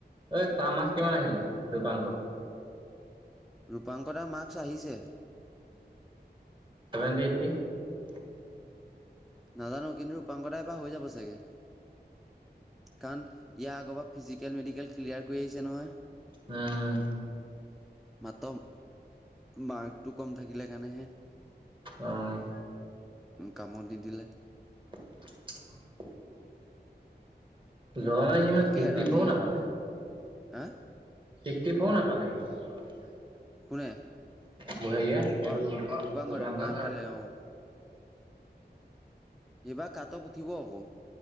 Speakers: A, on the right; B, in the centre.
A: এই তাৰ মাৰ্ক্স কিমান আহিলে ৰূপাংক।
B: ৰূপাংকৰ মাৰ্ক্স আহিছে।
A: <unintelligible>
B: নাজানো কিন্তু ৰূপাংকতা দাএবাৰ হৈ যাব চাগে। কাৰণ ইয়াৰ আগৰ পৰা ফিজিকেল মেডিকেল ক্লিয়াৰ কৰি আহিছে নহয়,
A: উম
B: মাত্ৰ মাৰ্কটো কম থাকিলে কাৰণেহে।
A: অ'।
B: কামত নিদিলে।
A: <inaudible> লৰা নি ইমান
B: তাকে
A: ছিক্সটি
B: ৰানিং
A: ফৰও নাপালে?
B: হা'।
A: <unintelligible>
B: কোনে
A: বুঢ়াৰীয়ে এইটো
B: অ, ৰূপাংগণ
A: ৰূপাংকৰ
B: নাপালে অ,। এইবাৰ কাট উঠিব আকৌ